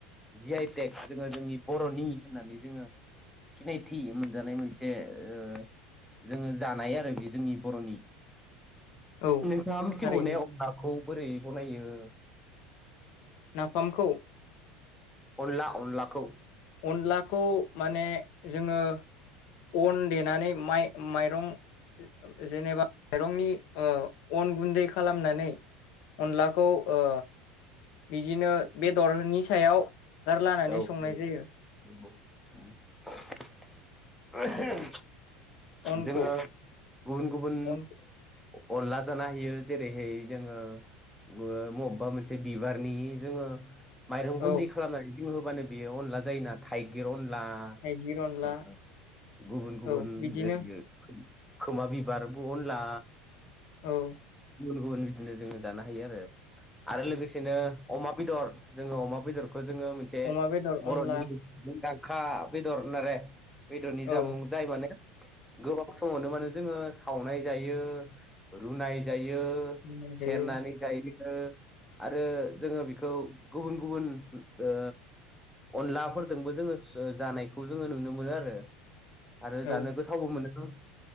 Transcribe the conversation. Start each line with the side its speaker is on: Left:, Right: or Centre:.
Centre: जि आइटेक जोङो जोंनि बरनि होननानै जोङो सिनायथि मोनजानाय मोनसे ओ जोङो जानाय आरो बे जोंनि बरनि
Left: औ
Centre: नोंथाङा मिथिगौ
Left: थारैनो
Centre: ने अनलाखौ बोरै बनायो
Left: नाफामखौ
Centre: अनला अनलाखौ
Left: अनलाखौ माने जोङो अन देनानै माइ माइरं जेनेबा माइरंनि ओ अन गुन्दै खालामनानै अनलाखौ ओ बिदिनो बेदरनि सायाव
Centre: औ
Left: गारलानानै संनाय जायो
Centre: <unintelligible>
Left: अनखौ
Centre: जोङो गुबुन गुबुन
Left: अन
Centre: ओ अनला जानो हायो जेरैहाय जोङो ओ बबेबा मोनसे बिबारनि जोङो माइरं गुन्दि
Left: औ
Centre: खालामनानै <unintelligible> बानो बेयो अनला जायो ना थाइगिर अन ला
Left: थाइगिर अनला
Centre: जोंहा गुबुन गुबुन
Left: औ बिदिनो
Centre: जेरैयै खोमा बिबारबो अनला
Left: औ
Centre: गुबुन गुबुन बिदिनो जोङो जानो हायो आरो आरो लोगोसेनो अमा बेदर जोङो अमा बेदरखौ जोङो जे
Left: अमा बेदर
Centre: बरनि
Left: अनला
Centre: मुंदां खा बेदर होनोरे बेदरनि
Left: औ
Centre: जामुं जाय माने गोबां समावनो मानो जोङो सावनाय जायो, रुनाय जायो,
Left: बुंनाय
Centre: सेरनानै
Left: जायो
Centre: जायो, आरो जोङो बेखौ गुबुन गुबुन ओ अनलाफोरजोंबो जोङो जानायखौ जोङो नुनो मोनो आरो। आरो
Left: औ
Centre: जानो गोथावबो मोनो न'?